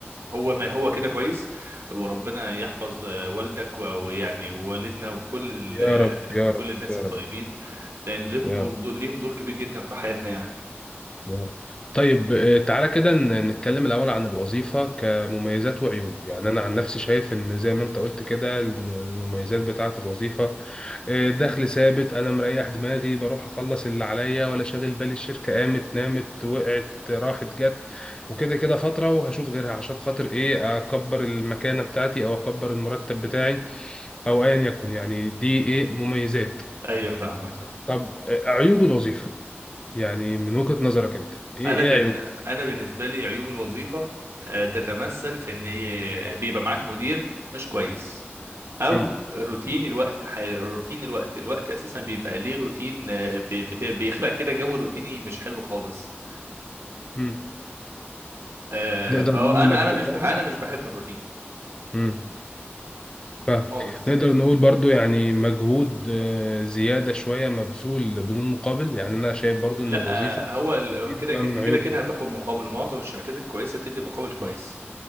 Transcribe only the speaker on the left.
يا
رب يا
رب
يا
رب
يا
رب
يا رب طيب آه، تعالى كده ن- نتكلم الأول عن الوظيفة كمميزات وعيوب يعني أنا عن نفسي شايف إن زي ما أنت قلت كده الم- المميزات بتاعة الوظيفة آه، دخل ثابت انا مريح دماغي بروح اخلص اللي عليا ولا شاغل بالي الشركه قامت نامت وقعت راحت جت وكده كده فتره وهشوف غيرها عشان خاطر ايه اكبر المكانه بتاعتي او اكبر المرتب بتاعي او ايا يكن يعني دي ايه مميزات
طب آه، عيوب الوظيفه يعني من وجهه نظرك انت ايه
ايه
عيوب
مم.
مم.
نقدر
نقول
مجهود
برضه
مم. فاهم
نقدر نقول برضو يعني مجهود آه، زيادة شوية مبذول بدون مقابل يعني أنا شايف برضو إن
الوظيفة
دي
بقى
من
عيوبهم
مم.